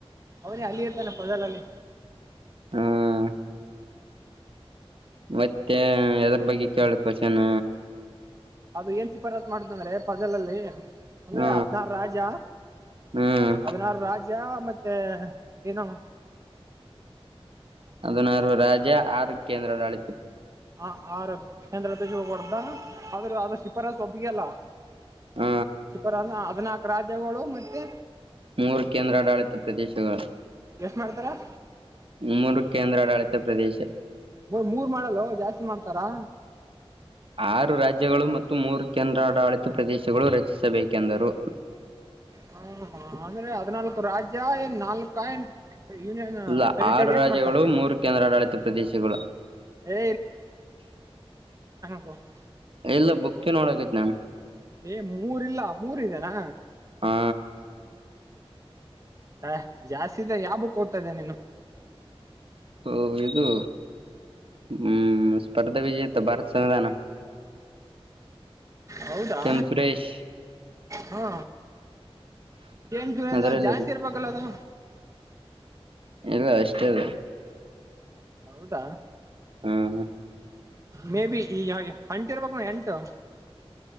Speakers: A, on the right (about 30°); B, on the right (about 60°).
A: ಅವನೇ ಅಲ್ಲಿ ಇರ್ತಾನೆ ಪದಲ್ ಅಲ್ಲಿ
B: ಹ್ಮ್ ಮತ್ತೆ ಎದರ ಬಗ್ಗೆ ಕೇಳಕ್ ಕೋಶನ್
A: ಅದು ಏನ್ ಸಿಫಾರಸು ಮಾಡ್ತ ಅಂದ್ರೆ ಪಜಲಲ್ಲಿ ಅಂದ್ರೆ
B: ಹ್ಮ
A: ಹದ್ನಾರು ರಾಜ
B: ಹ್ಮ್
A: ಹದಿನಾರು ರಾಜ ಮತ್ತೆ ತ್ತ ಏನ
B: ಅದಿನಾರು ರಾಜ ಆರು ಕೇಂದ್ರಾಡಳಿ
A: ಹ ಆರೋಗ ಕೇಂದ್ರ ಹೋಗೋಡ್ದ ಆದ್ರೆ ಅ ಶಿಪಾರಬ್ ನಿಯಲ್ಲಾ
B: ಹ
A: ಶಿಪರ ಹದಿನಾಕು ರಾಜ್ಯಗಳು ಮತ್ತೆ
B: ಮೂರು ಕೇಂದ್ರಾಡಾಳಿತ ಪ್ರದೇಶಗಳು
A: ಎಷ್ಟು ಮಾಡ್ತಾರೆ
B: ಮೂರು ಕೇಂದ್ರಾಡಳಿತ ಪ್ರದೇಶ
A: ಮೂರ್ ಮಾಡಲ್ಲ ಜಾಸ್ತಿ ಮಾಡ್ತಾರಾ
B: ಆರು ರಾಜ್ಯಗಳು ಮತ್ತು ಮತ್ತು ಮೂರು ಕೇಂದ್ರಾಡಳಿತ ಪ್ರದೇಶಗಳು ರಚಿಸಬೇಕೆಂದರು
A: ಹ ಹಾ ಅಂದ್ರೆ ಹದ್ನಾಲ್ಕು ರಾಜ್ಯ ಏನ್ ನಾಲ್ಕ ಏನ್ ಯೂನಿಯನ್
B: ಇಲ್ಲ
A: ಟೆರಿಟರಿ
B: ಆರು
A: ಎಷ್ಟ್
B: ರಾಜ್ಯಗಳು
A: ಮಾಡ್ತಾರ
B: ಮೂರು ಕೇಂದ್ರಾಡಳಿತ ಪ್ರದೇಶಗಳು
A: ಏ ಹ
B: ಎಲ್ಲ ಬುಕ್ಕೆ ನೋಡಕತ್
A: ಏ ಮೂರ್ ಇಲ್ಲ ಮೂರ್ ಇದೆನಾ
B: ಹಾ
A: ಹ ಜಾಸ್ತಿ ಯಾಬುಕ್ ಹೋಗ್ತಾದ ನೀನು
B: ಓ ಇದು ಹ್ಮ್ ಸ್ಪರ್ಧಾ ವಿಜಯತ ಭಾರತ ಸಂವಿಧಾನ
A: ಹೌದಾ
B: ಕೆಂ ಸುರೇಶ್
A: ಹಾ ಏನ್ <unintelligible> ಸುರೇಂದ
B: ಅದ್ರಲ್ಲಿದೆ
A: ಜಾಸ್ತಿ ಇರ್ಬೇಕಲ್ಲ ಅದು
B: ಇಲ್ಲ ಅಷ್ಟೇ ಅಲ್ಲ
A: ಹೌದಾ
B: ಹ್ಮ್
A: ಮೇ ಬಿ ಈ ಹಾಗೆ <unintelligible> ಹೊಂಟಿರ್ಬೇಕು ಎಂಟು